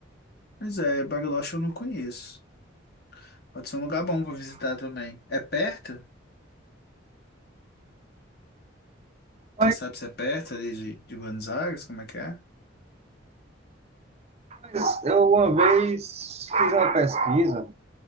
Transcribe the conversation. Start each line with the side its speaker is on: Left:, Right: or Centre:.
Left: Pois é, Bariloche eu não conheço. Pode ser um lugar bom pra visitar também. É perto?
Right: Mas,
Left: Você sabe se é perto ali de, de Buenos Aires? Como é que é?
Right: mas eu uma vez fiz uma pesquisa,